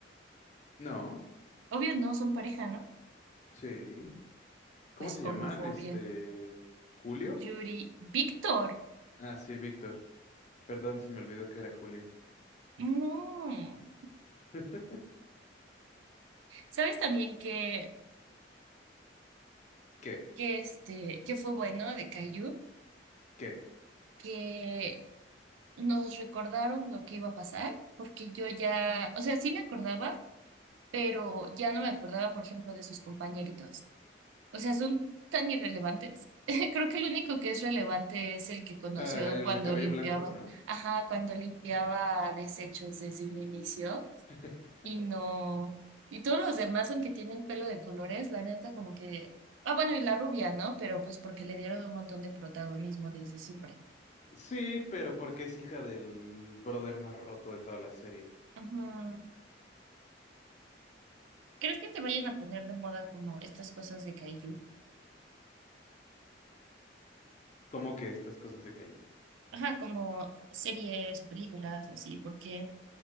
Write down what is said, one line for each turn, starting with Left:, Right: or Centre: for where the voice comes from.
Left: No,
Right: Obvio no, son pareja, ¿no?
Left: sí. ¿Cómo
Right: Pues
Left: se
Right: homofobia.
Left: llaman? Este... ¿Julio?
Right: Yuri, Víctor,
Left: Ah, sí, Víctor. Perdón, se me olvidó que era Julio.
Right: no.
Left: <laughs>
Right: ¿Sabes también que
Left: ¿Qué?
Right: que este, que fue bueno de Caillou,
Left: ¿Qué?
Right: que nos recordaron lo que iba a pasar, porque yo ya, o sea, sí me acordaba, pero ya no me acordaba, por ejemplo, de sus compañeritos. O sea, son tan irrelevantes. <laughs> Creo que el único que es relevante es el que conoció
Left: Ah, el
Right: cuando
Left: de cabello
Right: limpiaba,
Left: blanco, ¿no?
Right: ajá, cuando limpiaba desechos desde un inicio
Left: <laughs>
Right: Y no. Y todos los demás, aunque tienen pelo de colores, la neta, como que. Ah, bueno, y la rubia, ¿no? Pero pues porque le dieron un montón de protagonismo desde siempre.
Left: Sí, pero porque es hija del brother más roto de toda la serie.
Right: Ujú. ¿Crees que te vayan a poner de moda como estas cosas de kaiju?
Left: ¿Cómo que estas cosas de Caillou?
Right: Ajá, como series o películas o así, porque,